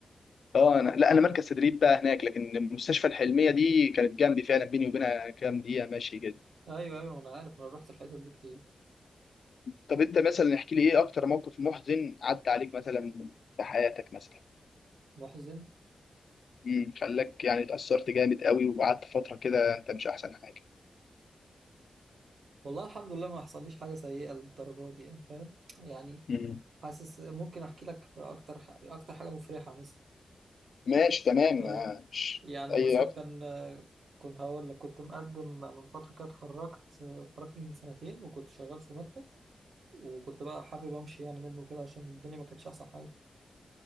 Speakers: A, on the left (about 65°); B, on the right (about 70°).
A: اه انا لا انا مركز تدريب بقى هناك لكن مستشفى الحلمية دي كانت جنبي فعلا بيني وبينها كام دقيقة ماشي كده
B: ايوه ايوه انا عارف انا رحت الحتت دي كتير
A: طب انت مثلا احكي لي ايه اكتر موقف محزن عدى عليك مثلا في حياتك مثلا
B: محزن
A: امم خلاك يعني اتأثرت جامد قوي وقعدت فترة كده انت مش احسن حاجة
B: والله الحمد لله ما حصليش حاجه سيئه للدرجه دي يعني فاهم يعني
A: مم.
B: حاسس ممكن احكي لك اكتر ح- اكتر حاجه مفرحه مثلا
A: ماشي تمام ماشي
B: آه يعني مثلا
A: اي رقم
B: كان آه، كنت هقول لك كنت مقدم من فتره كده اتخرجت اتخرجت من سنتين وكنت شغال في مكتب وكنت بقى حابب امشي يعني منه كده عشان الدنيا ما كانتش احسن حاجه